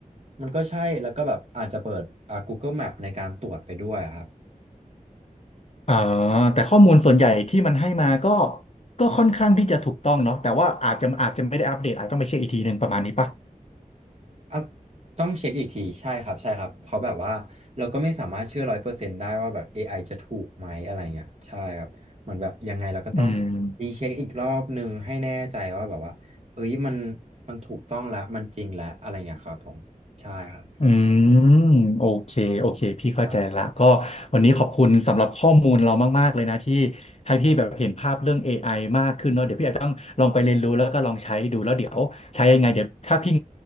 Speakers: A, on the right; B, on the left.
A: มันก็ใช่แล้วก็แบบอาจจะเปิดอ่า Google Map ในการตรวจไปด้วยอะครับ
B: อ่าแต่ข้อมูลส่วนใหญ่ที่มันให้มาก็ก็ค่อนข้างที่จะถูกต้องเนาะแต่ว่าอาจจะอาจจะไม่ได้อัปเดตอาจต้องไปเช็คอีกทีหนึ่งประมาณนี้ป่ะ
A: อ่ะต้องเช็คอีกทีใช่ครับใช่ครับเพราะแบบว่าเราก็ไม่สามารถเชื่อร้อยเปอร์เซ็นต์ได้ว่าแบบ AI จะถูกไหมอะไรเงี้ยใช่ครับเหมือนแบบยังไงเราก็ต้อง
B: อืม
A: รีเช็คอีกรอบหนึ่งให้แน่ใจว่าแบบว่าเอ้ยมันมันถูกต้องแล้วมันจริงแล้วอะไรเงี้ยครับผมใช่ครับ
B: อืมโอเคโอเคพี่เข้าใจละก็วันนี้ขอบคุณสำหรับข้อมูลเรามากๆเลยนะที่
A: ครับ
B: ให้พี่แบบเห็นภาพเรื่องเอไอมากขึ้นเนาะเดี๋ยวพี่อาจจะต้องลองไปเรียนรู้แล้วก็ลองใช้ดูแล้วเดี๋ยวใช้ยังไงเดี๋ยวถ้าพี่